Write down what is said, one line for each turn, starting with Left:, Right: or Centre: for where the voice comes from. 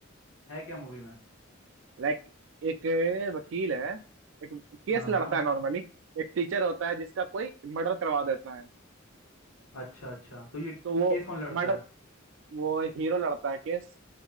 Left: है क्या मूवी में
Right: लाइक एक वकील है एक केस
Left: हाँ
Right: लड़ता
Left: हाँ
Right: है नॉर्मली एक टीचर होता है जिसका कोई मर्डर करवा देता है
Left: अच्छा अच्छा तो ये टी-
Right: तो वो
Left: केस कौन लड़ता
Right: मर्डर
Left: है
Right: वो हीरो लड़ता है केस